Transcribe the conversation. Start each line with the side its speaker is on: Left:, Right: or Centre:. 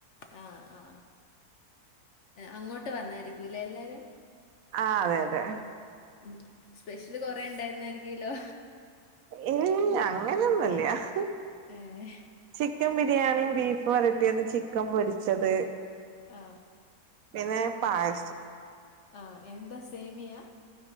Left: ആ ആ ആ. അങ്ങോട്ട് വന്നായിരിക്കൂലേ എല്ലാരും
Right: ആ അതെ അതെ
Left: ഉം സ്പെഷ്യല് കൊറെേ ഉ ണ്ടായിരുന്നായിരിക്കോല്ലോ
Right: ഏ അങ്ങനെയൊന്നുല്ല ഹ്
Left: ഏ
Right: ചിക്കൻ ബി - ബിരിയാണിയും ബീഫ് വരട്ടിയത് ചിക്കൻ പൊരിച്ചത്
Left: ആ
Right: പിന്നെ പായസം
Left: ആഹ് എന്താ സേമിയാ